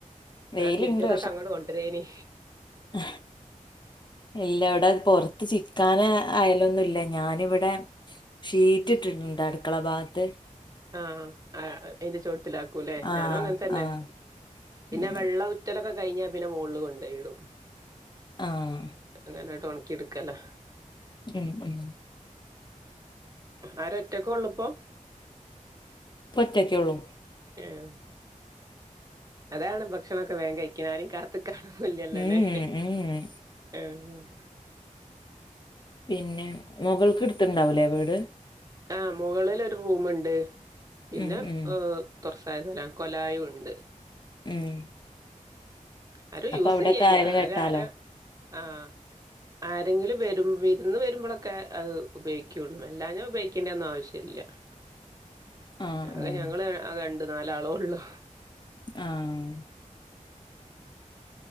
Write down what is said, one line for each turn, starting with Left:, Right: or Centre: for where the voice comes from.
Right: ന്നാ
Left: വെയിലുണ്ട്
Right: തിരുമ്പിതൊക്കെ അങ്ങോട്ട് കൊണ്ടരെനി
Left: അ ഇല്ല ഇവിടെ പൊറത്ത് ചിക്കാന് ആയലൊന്നുല്ല ഞാനിവിടെ ഷീറ്റ് ഇട്ടിട്ടുണ്ട് അടുക്കള ഭാഗത്ത്
Right: ആഹ് അയ്ന്റെ ചൊട്ടിലാക്കൂല്ലേ
Left: ആഹ്
Right: ഞാനും അങ്ങനെ തന്നെ
Left: ആഹ്
Right: പിന്നെ
Left: ഉം
Right: വെള്ള റ്റലൊക്കെ കഴിഞ്ഞാ പിന്നെ മോൾല് കൊണ്ടോയിടും.
Left: ആഹ്
Right: അങ്ങനെട്ട് ഒണക്കിട്ക്കലാ
Left: ഉം ഉം
Right: ആര ഒറ്റക്കെള്ളൂപ്പം
Left: ഇപ്പൊറ്റക്കെള്ളൂ
Right: ഏഹ് അതാണ് ഭക്ഷണൊക്കെ വേം കഴിഞ്ഞത്. ക്കിനാരിം കാത്ത്‌കാനൊന്നില്ലല്ലലേ
Left: ഉം ഉം
Right: ഉം
Left: പിന്നെ മൊകൾക്ക് ഇടുത്തിണ്ടാവുലേ വീട്
Right: ആ് മുകളിലൊരു റൂമ്ണ്ട്. പിന്നെ
Left: ഉം ഉം
Right: തുറസായ സ്ഥലം കൊലായുണ്ട്
Left: ഉം
Right: ആരും
Left: അപ്പൊ
Right: യൂസെയ്യല്ല
Left: അവിടൊക്കെ അയല് കെട്ടാലോ
Right: ആര് ആരൊ.. ആഹ് ആരെങ്കിലും വരു വിരുന്ന് വരുമ്പൊളൊക്കെ അത് ഉപയോഗി- ക്കുള്ളൂ അല്ലാഞ്ഞ ഉപയോഗിക്കേണ്ടേന്നും ആവശ്യം ഇല്ല
Left: ആഹ്
Right: അതെ
Left: ആഹ്
Right: - ഞങ്ങള് ആകെ രണ്ട് നാലാളേള്ളു
Left: ആഹ്